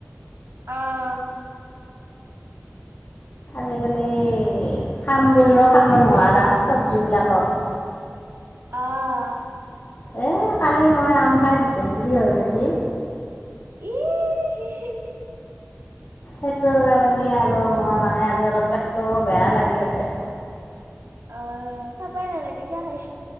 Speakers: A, on the right; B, on the left.
A: অঁহ'।
B: আজিকালি খাম বুলিও খাব নোৱাৰা চব্জিবিলাকক।
A: অঁহ'।
B: এ কালি মই আম খাই দিচণ্টৰি হৈ গৈছী।
A: এহিহিহি।
B: সেইটোৰ কাৰণে আৰু মোৰ মানে আজি অলপ পেটটোও বেয়া লাগি আছে।
A: অহ ' খাবই নালাগে, কিয়া খাইছ?